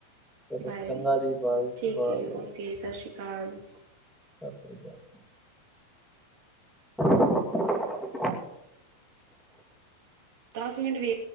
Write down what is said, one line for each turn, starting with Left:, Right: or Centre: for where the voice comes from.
Centre: ਚਲੋ
Right: ਬਾਏ
Centre: ਚੰਗਾ ਜੀ ਬਾਏ-ਬਾਏ
Right: ਠੀਕ ਹੈ, ਓਕੇ ਸਤਿ ਸ਼੍ਰੀ ਅਕਾਲ,
Centre: ਸਤਿ ਸ਼ੀ ਅਕਾਲ, <unintelligible>
Right: ਦਸ ਮਿੰਟ ਵੀ,